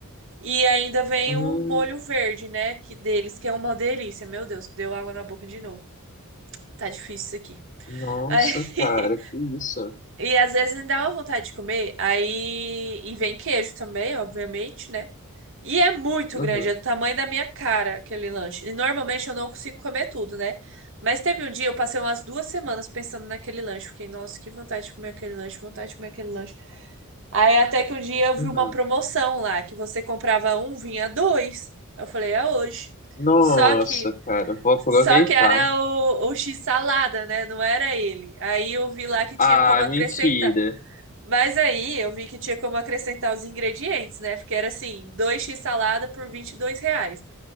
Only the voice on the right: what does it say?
e ainda vem
o molho verde, né, que deles, que é uma delícia. Meu Deus, deu água na boca de novo. Tá difícil isso aqui.
Aí, <laughs>
e às vezes me dá uma vontade de comer, aí e vem queijo também, obviamente, né? E é muito
grande, é do tamanho da minha cara aquele lanche. E normalmente eu não consigo comer tudo, né? Mas teve um dia, eu passei umas duas semanas pensando naquele lanche. Fiquei, nossa, que vontade de comer aquele lanche, vontade de comer aquele lanche. Aí até que um dia eu vi
uma promoção lá, que você comprava um, vinha dois. Eu falei, é hoje.
Só que,
só que era o, o X salada, né? Não era ele. Aí eu vi lá que tinha
como acrescentar.
Mas aí eu vi que tinha como acrescentar os ingredientes, né? Porque era assim, dois x salada por 22 reais.